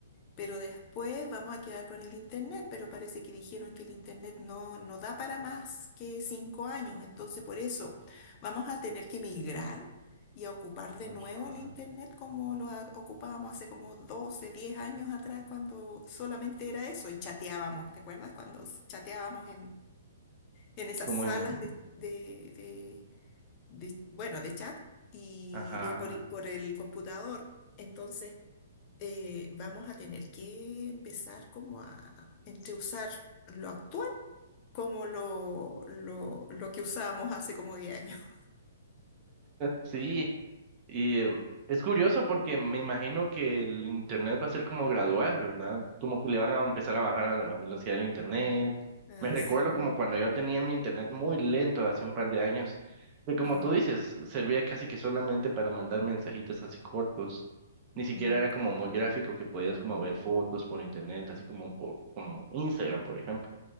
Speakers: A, on the left (about 30°); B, on the right (about 30°).
A: pero después vamos a quedar con el Internet, pero parece que dijeron que el Internet no, no da para más que cinco años, entonces por eso vamos a tener que migrar y a ocupar de
B: ajá.
A: nuevo el Internet como lo a- ocupábamos hace como 12 10 años atrás, cuando solamente era eso y chateábamos, ¿te acuerdas? Cuando chateábamos en esas
B: Como
A: salas
B: en,
A: de, de- de- de- bueno, de chat y
B: ajá,
A: eh, por, i- por el computador. Entonces, eh, vamos a tener que empezar como a entre usar lo actual como lo, lo, lo que usábamos hace como 10 años. <laughs>
B: sí. Y eh, es curioso porque me imagino que el internet va a ser como gradual, ¿verdad? Como que le van a empezar a bajar a la velocidad del internet.
A: Ah,
B: Me recuerdo
A: sí.
B: como cuando yo tenía un internet muy lento hace un par de años, que como
A: Ah,
B: tú dices, servía casi que solamente para mandar mensajitos así cortos. Ni
A: mm,
B: siquiera era como muy gráfico que podías como ver fotos por internet, así como por, como Instagram, por ejemplo.